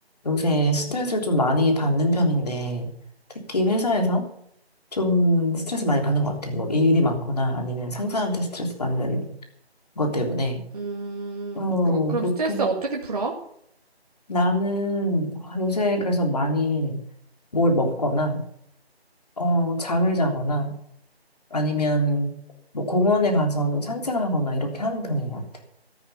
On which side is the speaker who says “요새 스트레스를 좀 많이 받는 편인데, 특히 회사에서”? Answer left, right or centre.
Left